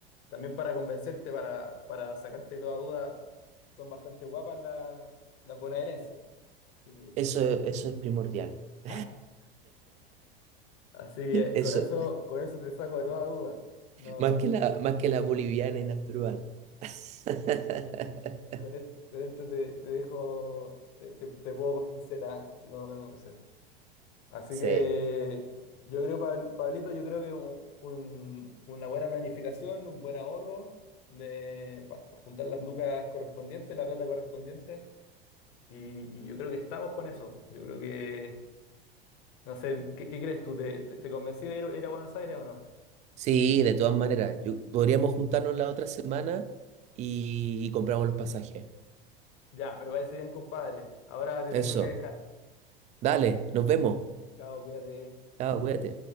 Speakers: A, on the left; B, on the right.
A: También para convencerte, para, para sacarte toda duda, son bastante guapas las, las bonaerenses. Así que,
B: Eso, eso es primordial. <laughs>
A: <laughs> así que
B: Eso,
A: con eso, con eso te saco de toda duda. No,
B: más que la, más que la boliviana y la peruana. <laughs>
A: con, es- con esto te, te dejo, te, te- te puedo convencer, ¿ah? Te puedo convencer. Así que
B: Sí,
A: yo creo, Pab- Pablito, yo creo que un- un- una buena planificación, un buen ahorro de, pa- pa juntar las lucas correspondientes, la plata correspondiente. Y, y yo creo que estamos con eso. Yo creo que, no sé, ¿qué, qué crees tú? ¿Te, te, te convencí de ir, ir a Buenos Aires o no?
B: sí, de todas maneras. Yo- podríamos juntarnos la otra semana y, y compramos los pasajes.
A: Ya, me parece bien, compadre. Ahora te
B: Eso.
A: tengo que dejar.
B: Dale, nos vemos.
A: Chao, cuídate.
B: Chao, cuídate.